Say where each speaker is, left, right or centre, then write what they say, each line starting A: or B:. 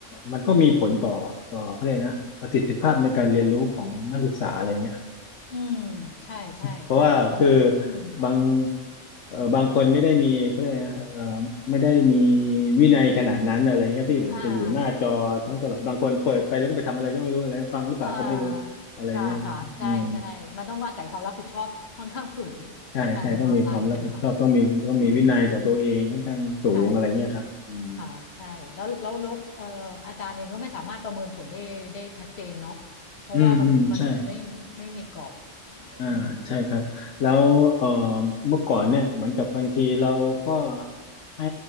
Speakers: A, on the left; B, on the left.
A: มันก็มีผลต่อต่อเขาเรียกนะประสิทธิภาพในการเรียนรู้ของนักศึกษาอะไรเงี้ยครับ
B: อืมใช่ใช่ใช่มันอืม
A: เพราะว่าคือบางเอ่อบางคนไม่ได้มีเขาเรียกนะเอ่อ
B: อืม
A: ไม่ได้มีวินัยขนาดนั้นอะไรเงี้ยที่แบบจะอยู่หน้าจอทั้งตลอดบางคนเปิดไปแล้วก็ไปทำอะไรก็ไม่รู้อะไรฟังหรือเปล่าก็ไม่รู้อะไรเงี้ยอืม
B: อ่า อ่าใช่ค่ะใช่ใช่มันต้องอาศัยความรับผิดชอบค่อนข้างสูงถ้าการเรียนออนไลน์ใช่ไหมคะ
A: ใช่ใช่ต้องมีความรับผิดชอบต้องมีต้องมีวินัยต่อตัวเองค่อนข้างสูงอะไรเงี้ยครับอืม
B: อืมใช่อะค่ะใช่แล้วแล้วแล้วเอ่ออาจารย์เองก็ไม่สามารถประเมินผลได้ได้ชัดเจนเนาะเพราะว่ามันมันไม่ไม่มีกรอบอืม
A: อืมอืมใช่ อ่าใช่ครับแล้วเอ่อ
B: อืมค่ะ
A: เมื่อก่อนเนี่ยเหมือนกับบางทีเราก็ให้